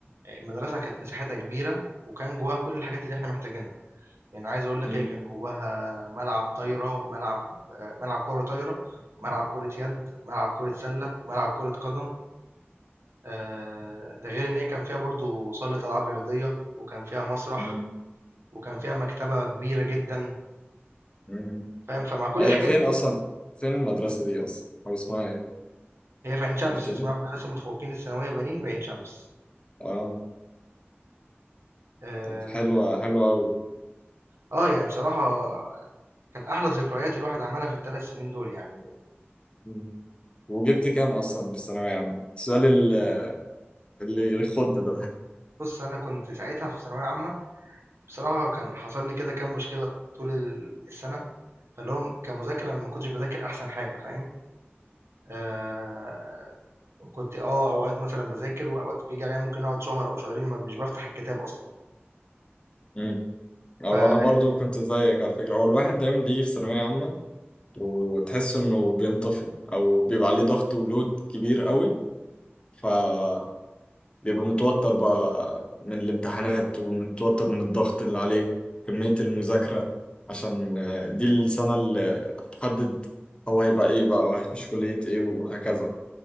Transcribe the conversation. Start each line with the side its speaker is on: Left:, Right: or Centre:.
Right: آه، المدرسة كانت مساحتها كبيرة وكان جواها كل الحاجات اللي احنا محتاجينها يعني عايز أقول لك
Left: مم.
Right: هي كان جواها ملعب طايرة ملعب آه، ملعب كرة طايرة ملعب كرة يد ملعب كرة سلة ملعب كرة قدم آه، ده غير ان هي كان فيها برضو صالة العاب رياضية وكان فيها مسرح
Left: مم.
Right: وكان فيها مكتبة كبيرة جدا
Left: مم.
Right: فاهم فمع كل
Left: هي
Right: الحاجات
Left: فين
Right: دي
Left: أصلا؟ فين المدرسة دي أصلا؟ أو اسمها إيه؟
Right: هي في عين شمس
Left: قلت
Right: اسمها
Left: لي؟
Right: مدرسة المتفوقين الثانوية بنين بعين شمس
Left: آه
Right: اه
Left: طب حلوة حلوة أوي
Right: آه، يعني بصراحة كانت احلى ذكريات الواحد عملها في الثلاث سنين دول يعني
Left: مم. وجبت كام أصلا في الثانوية عامة؟ السؤال ال- اللي يخض ده
Right: بص انا كنت ساعتها في ثانوية عامة بصراحة كان حصل لي كده كام مشكلة طول ال- السنة فاللي هم كمذاكرة أنا ما كنتش بذاكر احسن حاجة فاهم آه كنت اه اوقات مثلا بذاكر واوقات بيجي عليا ممكن اقعد شهر او شهرين ما مش بفتح الكتاب اصلا
Left: مم. <laughs> أو
Right: فبالظبط
Left: أنا برضو كنت زيك على فكرة هو الواحد دايما بيجي في ثانوية عامة وتحس إنه بينطفي أو بيبقى عليه ضغط ولود كبير أوي فبيبقى متوتر بقى من الامتحانات ومتوتر من الضغط اللي عليه كمية المذاكرة عشان آه، دي السنة اللي هتحدد هو هيبقى إيه بقى وهيخش كلية إيه وهكذا